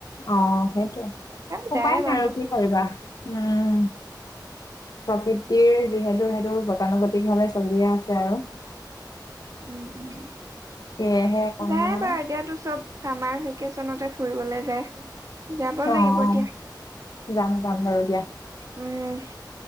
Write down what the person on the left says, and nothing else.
অ সেইটোয়ে
উপায়
নাই
আৰু কি কৰিবা উম! প্ৰকৃতিৰ যিহেতু সেইটো গতানুগতিক ভাৱে চলিয়ে আছে আৰু
সেয়েহে অকনমান
আৰু
অ যাম,
যাম, বাৰু দিয়া।